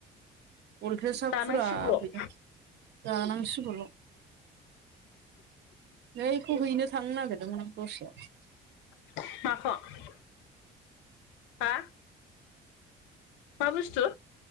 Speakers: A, on the right; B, on the left.
A: बलटेजआ
B: जानांसिगौल'
A: फुरा फैदों जानांसिगौल' नैखौ हैनो थांनो नागिरदोंमोन आं दस्रायाव
B: माख'? हा मा बुस्थु?